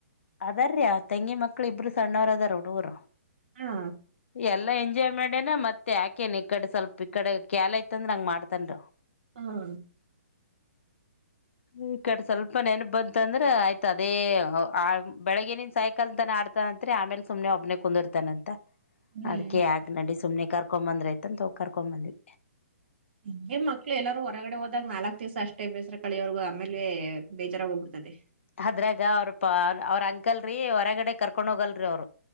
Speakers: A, on the left; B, on the right.
A: ಅದಾರ್ರೀ ಅವರ್ ತಂಗಿ ಮಕ್ಕಳು ಇಬ್ರು ಸಣ್ಣವ್ರ ಅದಾರ ಹುಡುಗ್ರು.
B: ಹಾ
A: ಎಲ್ಲಾ ಎಂಜಾಯ್ ಮಾಡೇನ ಮತ್ತೆ ಯಾಕೇನ ನಿಕಡ್ ಸ್ವಲ್ಪ್ ಈ ಕಡೆ ಕ್ಯಾಲ ಐತ್ಂದ್ರ ಹಂಗ್ ಮಾಡ್ತನ
B: ಹ್ಮ
A: ಈ ಕಡೆ ಸ್ವಲ್ಪ ನೆನಪು ಬಂತಂದ್ರೆ ಆಯ್ತ ಅದೇ. ಆ ಬೆಳಗ್ಗಿನಿಂದ್ ಸೈಕಲ್ ತನ ಆಡ್ತಂತತ್ರಿ ಆಮೇಲೆ ಸುಮನೆ ಒಬ್ನೆ ಕುಂದುರ್ತಾನಂತ.
B: ಹ್ಮ್
A: ಅದ್ಕ ಯಾಕ ನಡಿ ಸುಮ್ನೆ ಕರ್ಕೊ ಬಂದ್ರ ಐತಂತ ಹೋಗ ಕರ್ಕೊ ಬಂದ್ವಿ.
B: ಹಿಂಗೆ ಮಕ್ಳು ಎಲ್ಲಾರೂ ಹೊರಗಡೆ ಹೋದಾಗ ನಾಲ್ಕ್ ದಿವ್ಸ ಅಷ್ಟೇ ಬೇಸರ ಕಳಿಯೋವರ್ಗ ಆಮೇಲೆೇ ಬೇಜಾರಾಗ ಹೋಗ್ಬಿಡ್ತದೆ.
A: ಅದ್ರಾಗ ಅವ್ರ ಪ ಅವ್ರ ಅಂಕಲ್ರೀ ಹೊರಗಡೆ ಕರ್ಕೊಂಡ್ ಹೋಗಲ್ರಿ ಅವ್ರು.